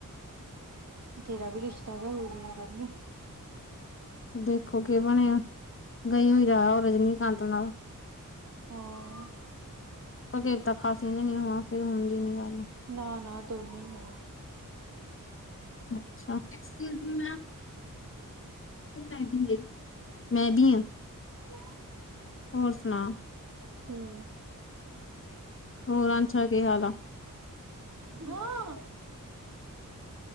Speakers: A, on the right; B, on the left.
A: ਤੇਰਾ ਵੀ ਰਿਸ਼ਤਾ ਤਾਂ ਹੋਜਾਣਾ ਕਾਹਦੀਆ।
B: ਦੇਖੋ ਕਿ ਬਣਿਆ, ਗਈ ਹੋਈ ਤਾਂ ਉਹ ਰਜਨੀਕਾਂਤ ਨਾਲ
A: ਹਾਂ
B: ਪਰਕੇਰਤ ਖਾਸੀਆਂ ਜਾਣੀ ਹੋਵਾ, ਫੇਰ ਹੁੰਦੀ ਨੀ ਗੱਲ
A: ਨਾ ਨਾ ਦੋਨੇ ਆ।
B: ਅੱਛਾ ਐਕਸਕੁਇਜ਼ ਮੀ ਮੈਂਮ। ਉਹ ਮਾਗਿੰਗ ਹਿਸ, ਮੈਂ ਵੀ ਹਾਂ
A: <inaudible>
B: ਹੋਰ ਸੁਣਾ
A: <unintelligible> ਹਉ
B: ਹੋਰ ਆਨਸ਼ਾ ਕੀ ਹਾਲ ਆ?
A: ਹਾਂ